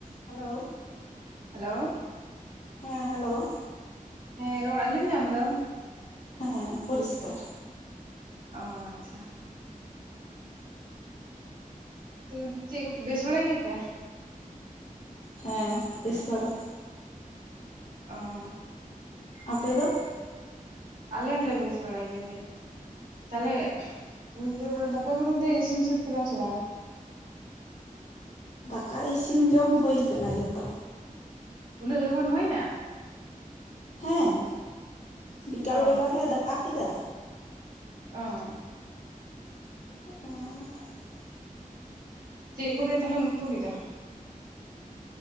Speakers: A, on the left (about 55°); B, on the right (about 70°).
A: Hello
B: hello
A: ᱦᱮᱸ hello
B: ᱦᱮᱸ ᱨᱚᱲ ᱟᱸᱡᱚᱢ ᱧᱟᱢ ᱫᱟᱢ
A: ᱦᱮᱸ ᱯᱚᱨᱤᱥᱠᱟᱨ
B: ᱚ ᱟᱪᱪᱷᱟ ᱛᱚ ᱪᱮᱫ ᱠᱚ ᱵᱮᱥ ᱵᱟᱲᱟ ᱜᱮᱭᱟᱯᱮ
A: ᱦᱮᱸ ᱵᱮᱥ ᱵᱟᱲᱟ ᱜᱮ
B: ᱚ
A: ᱟᱯᱮ ᱫᱚ
B: ᱟᱞᱮ ᱦᱚᱸᱞᱮ ᱵᱮᱥ ᱵᱟᱲᱟ ᱜᱮᱭᱟ ᱫᱟᱹᱭ ᱛᱟᱞᱦᱮ ᱧᱤᱫᱟᱹ ᱵᱮᱲᱟ ᱫᱟᱠᱟ ᱠᱚ ᱫᱚ ᱯᱮ ᱤᱥᱤᱱ ᱥᱟᱹᱛ ᱠᱮᱫᱟ ᱥᱮ ᱵᱟᱝ
A: ᱫᱟᱠᱟ ᱤᱥᱤᱱ ᱡᱚᱢ ᱦᱩᱭ ᱟᱠᱟᱱᱟ ᱡᱚᱛᱚ
B: ᱩᱱᱟᱹᱜ ᱞᱚᱜᱚᱱ ᱦᱳᱭᱱᱟ
A: ᱦᱮᱸ ᱵᱤᱠᱟᱞ
B: ᱚ
A: ᱵᱮᱞᱟ ᱞᱮ ᱫᱟᱠᱟ ᱠᱮᱫᱟ
B: ᱚ
A: <unintelligible>
B: ᱪᱮᱫ ᱠᱚ ᱫᱟᱹᱭ ᱛᱟᱦᱚᱞᱮᱢ ᱩᱛᱩ ᱠᱮᱫᱟ